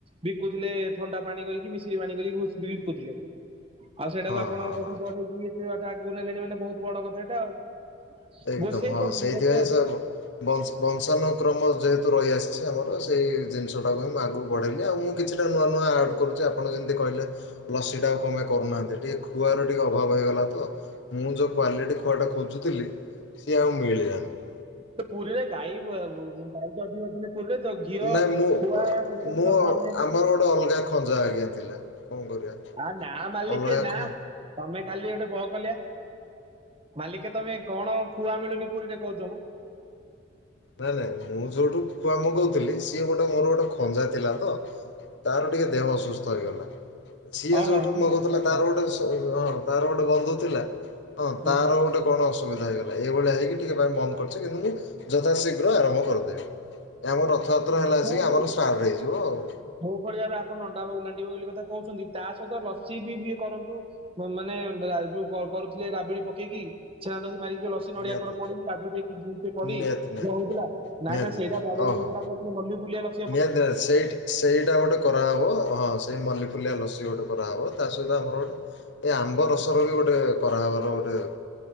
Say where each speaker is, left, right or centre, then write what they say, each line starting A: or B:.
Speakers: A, on the right (about 30°); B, on the left (about 60°).
A: ବିକୁଥିଲେ ଥଣ୍ଡା ପାଣି କରିକି ମିସିରି ପାଣି କରିକି ବିକୁଥିଲେ। ଆଉ ସେଇଟାକୁ
B: ହଁ
A: ଆପଣ
B: ହଁ
A: ବୋଧେ
B: ହଁ
A: ବଢେଇକି ଏତେଟା ଆଗକୁ ନେଲେଣି ମାନେ ବହୁତ ବଡ କଥା ଏଇଟା ଆଉ।
B: ଏକଦମ
A: ଗୋସେଇ
B: ହଁ
A: କରୁଥିଲେ
B: ସେଇଥିପାଇଁ
A: ଗୋସେଇ ଅଜା।
B: ସବୁ ବଂଶ ବଂଶାନୁକ୍ରମ ଯେହେତୁ ରହିଆସିଛି ଆମର ସେଇ ଜିନିଷଟାକୁ ହିଁ ମୁଁ ଆଗକୁ ବଢ଼େଇଲି ଆଉ ମୁଁ କିଛିଟା ନୂଆ ନୂଆ ଆଡ କରୁଛି ଆପଣ ଯେମିତି କହିଲେ ଲସି ଟା ଆଉ କଣ ପାଇଁ କରୁନାହାନ୍ତି, ଟିକେ ଖୁଆର ଟିକେ ଅଭାବ ହେଇଗଲା ତ ମୁଁ ଯୋଉ କ୍ୱାଲିଟି ଖୁଆଟା ଖୋଜୁଥିଲି ସିଏ ଆଉ ମିଳିିଲାନି।
A: ତ ପୁରୀରେ ଗାଈ ଗାଈ ତ ଅଧିକ ଅଛନ୍ତି ପୁରୀରେ ତ ଘିଅ
B: ନାଇଁ ମୁଁ
A: ଖୁଆ ଏବେ ତ
B: ମୁଁ
A: କିଛି ଅଭାବ ନାଁଇ ପୁରୀ
B: ଆମର
A: ରେ,
B: ଗୋଟେ ଅଲଗା ଖଞ୍ଜା ଆଜ୍ଞା ଥିଲା କଣ କରିବା
A: ଆ ନା ମାଲିକେ
B: ଅଲଗା
A: ନା।
B: ଖ
A: ତମେ ଖାଲି ଗୋଟେ ବହ କଲିଆ, ମାଲିକେ ତମେ କଣ ଖୁଆ ମିଳୁନି ପୁରୀରେ କହୁଛ ମ।
B: ନାଇଁ ନାଇଁ ମୁଁ ଯୋଉଠୁ ଖୁଆ ମଗଉଥିଲି ସିଏ ଗୋଟେ ମୋର ଗୋଟେ ଖଞ୍ଜା ଥିଲା ତ। ତାର ଟିକେ ଦେହ ଅସୁସ୍ଥ ହେଇଗଲା, ସିଏ
A: ଓହୋ
B: ଯୋଉଠୁ
A: ଏମିତି
B: ମଗୁଉଥିଲା
A: କଥା।
B: ତାର ଗୋଟେ ହଁ ତାର ଗୋଟେ ବନ୍ଧୁ ଥିଲା ହଁ
A: ହୁଁ
B: ତାର
A: ହୁଁ।
B: ଗୋଟେ କଣ ଅ ବିଧା ହେଇଗଲା ଏଇ ଭଳିଆ ହେଇକି ଟିକେ ବନ୍ଦ କରିଛ କିନ୍ତୁ ମୁଁ ଯଥାଶୀଘ୍ର ଆରମ୍ଭ କରିଦେବି। ଆମ ରଥଯାତ୍ରା
A: ଦେଖନ୍ତୁ
B: ହେଲା ଆସିକି ଆମର ଷ୍ଟାର୍ଟ ହେଇଯିବ ଆଉ।
A: ଯୋଉ ଭଳିଆ ଏବେ ଆପଣ ନଣ୍ଡା ନାଣ୍ଡି ବଗୁଲୀ କଥା କହୁଛନ୍ତି ତା ସହିତ ଲସି ବି କରନ୍ତୁ। ମାନେ ଯୋଉ କରୁଥିଲେ ରାବିଡି ପକେଇକି ଛେନା ଦହି ମାରିକି ଲସି ନଡିଆ
B: ନିହାତି
A: କୋର ପଡିକି କାଜୁ ଦେଇକି ଜୁସ ପଡ଼ି
B: ନିହାତି ନିହାତି
A: ଯୋଉ ହଉଥିଲା ନାଇଁ
B: ନିହାତି
A: ନାଇଁ ସେଇଟା
B: ନିହାତି
A: ବଢ଼ିଆ
B: ଓହୋ।
A: <unintelligible> ମଲ୍ଲି ଫୁଲିଆ ଲସ
B: ନିହାତି ସେଇ ଟ୍ ସେଇଟା ଗୋଟେ କରାହବ ହଁ ସେଇ ମଲ୍ଲିଫୁଲିଆ ଲସି ଗୋଟେ କରାହେବ ତା ସହିତ ଆମର ଗୋଟେ ଏ ଆମ୍ବ ରସର ବି ଗୋଟେ କରାହବାର ଗୋଟେ